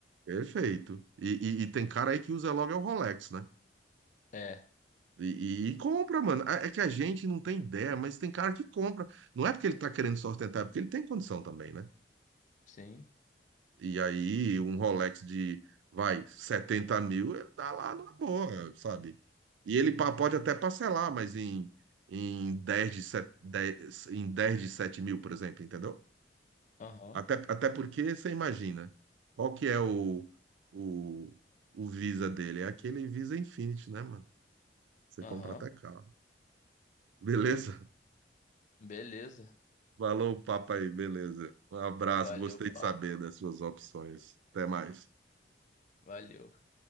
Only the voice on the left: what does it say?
É,
sim,
aham,
aham,
beleza.
Valeu,
papo,
valeu.